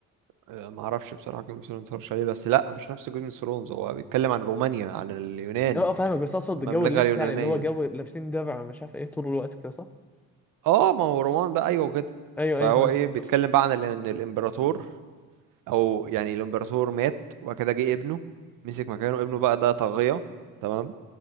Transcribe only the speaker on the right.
آه، ما اعرفش بصراحة جيم اوف ثرونز اتفرجش عليه بس لا مش نفس جيم اوف ثرونز هو بيتكلم عن رومانيا عن اليونان
المملكة
اليونانية
اه ما هو رومان بقى ايوه كده
فهو
ايه بيتكلم
بقى عن ال- ان الامبراطور او يعني الامبراطور مات وبعد كده جه ابنه مسك مكانه ابنه بقى ده طاغية تمام